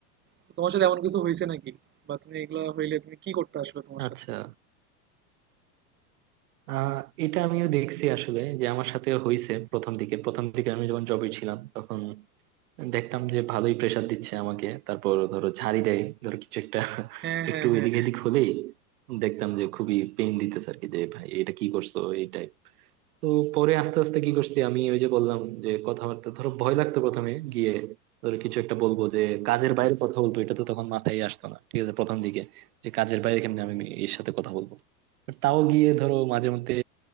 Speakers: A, on the right; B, on the right.
A: তো তোমার সাথে এমন কিছু হয়েছে নাকি বা তুমি এগুলো হইলে তুমি কি করতে আসলে তোমার
B: আচ্ছা
A: সাথে
B: আহ এটা আমিও দেখছি আসলে যে আমার সাথে হয়েছে প্রথম দিকে প্রথম দিকে আমি যখন জবে ছিলাম তখন দেখতাম যে ভালোই প্রেসার দিচ্ছে আমাকে তারপর ধরো ঝাড়ি দেয় ধরো কিছু একটা
A: হ্যাঁ হ্যাঁ
B: একটু
A: হ্যাঁ
B: এদিক এদিক হলেই দেখতাম যে খুবই পেন দিতেছে আর কি যে ভাই এটা কি করছো এই টাইপ তো পরে আস্তে আস্তে কি করছি আমি ওই যে বললাম যে কথাবার্তা ধরো ভয় লাগতো প্রথমে গিয়ে ধরো কিছু একটা বলবো যে কাজের বাইরে কথা বলবো এটা তো তখন মাথায় আসতো না ঠিক আছে প্রথম দিকে যে কাজের বাইরে কেমনি আমি এর সাথে কথা বলবো তাও গিয়ে ধরো মাঝে মধ্যে